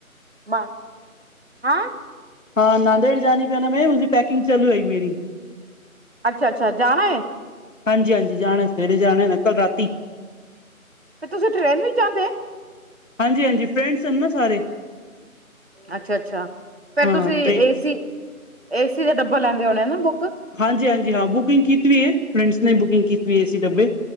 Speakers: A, on the right (about 45°); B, on the left (about 60°).
A: <inaudible>
B: ਹਾਂ, ਨਾਦੇੜ ਜਾਣੀ ਪੈਣਾ ਮੈ ਉਸਦੀ ਪੈਕਿੰਗ ਚਲ ਰਹੀ ਮੇਰੀ
A: ਅਛਾ-ਅਛਾ ਜਾਣਾ ਏ?
B: ਹਾਂਜੀ-ਹਾਂਜੀ ਜਾਣੈ ਸਵੇਰੇ ਜਾਣੈ ਮੈਂ ਕਲ ਰਾਤੀ
A: ਤੇ ਤੁਸੀਂ ਟ੍ਰੇਨ ਵਿੱਚ ਜਾਂਦੇ।
B: ਹਾਂਜੀ-ਹਾਂਜੀ ਫਰੈਂਡਸ ਸਨ ਨਾ ਸਾਰੇ।
A: ਅੱਛਾ-ਅੱਛਾ ਫੇਰ
B: ਹਾਂ
A: ਤੁਸੀ
B: ਟ੍ਰੇਨ
A: ਏਸੀ, ਏਸੀ ਦਾ ਡੱਬਾ ਲੈਂਦੇ ਹੋਣੇ ਨਾ ਬੁੱਕ
B: ਹਾਂਜੀ-ਹਾਂਜੀ ਹਾਂ ਬੁਕਿੰਗ ਕੀਤੀ ਏ। ਫਰੈਂਡਸ ਨੇ ਬੁਕਿੰਗ ਕੀਤੀ ਏ ਸੀ ਡੱਬੇ